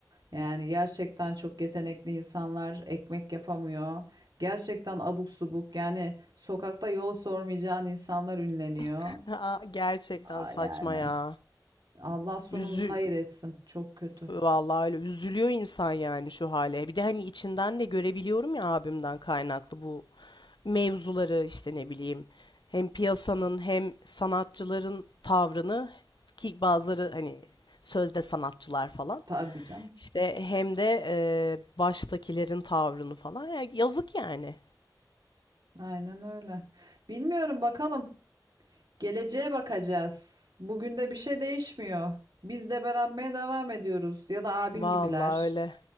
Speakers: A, on the right; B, on the left.
A: Yani gerçekten çok yetenekli insanlar ekmek yapamıyor. Gerçekten abuk subuk yani sokakta yol sormayacağın insanlar ünleniyor.
B: <laughs> Aa, Gerçekten
A: Aa,
B: saçma
A: yani
B: ya.
A: Allah sonumuzu
B: Üzü,
A: hayır etsin. Çok kötü.
B: Vallahi öyle üzülüyor insan yani şu hale. Bir de hani içinden de görebiliyorum ya abimden kaynaklı bu mevzuları işte ne bileyim hem piyasanın hem sanatçıların tavrını ki bazıları hani sözde sanatçılar falan
A: Tabii canım.
B: işte hem de e, baştakilerin tavrını falan Ya yazık yani.
A: Aynen öyle. Bilmiyorum bakalım. Geleceğe bakacağız. Bugün de bir şey değişmiyor. Biz debelenmeye devam ediyoruz. Ya da abin
B: Vallahi
A: gibiler.
B: öyle.